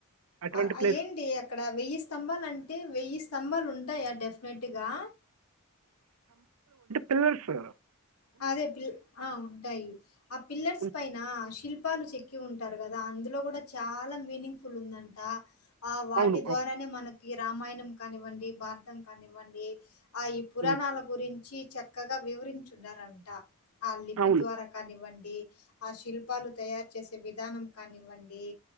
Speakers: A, on the right; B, on the left.
A: అటువంటి
B: ఆ
A: ప్లేస్
B: అ ఏంటి అక్కడ వెయ్యిస్ స్తంభాలంటే వెయ్యి స్తంభాలు ఉంటయా డెఫినెట్గా
A: తెలుసు
B: అదే పిల్ ఆ ఉంటాయి ఆ పిల్లర్స్
A: ఉం,
B: పైన శిల్ ప్పాలు చెక్కి ఉంటారు కదా అందులో కూడా చాలా మీనింగ్ ఫుల్ ఉందంట ఆ వాటి
A: అవును
B: ద్వారానే
A: అవును
B: మనకు ఈ రామాయణం కానివ్వండి భారతం కానివ్వండి ఆ ఈ పురాణాల
A: ఉం,
B: గురించి చక్కగా వివరించు చున్నరంట ఆ లిపి
A: అవును
B: ద్వారా కానివ్వండి ఏజ్ ఆ శిల్పాలు తయారు చేస్త విదానం కానివ్వండి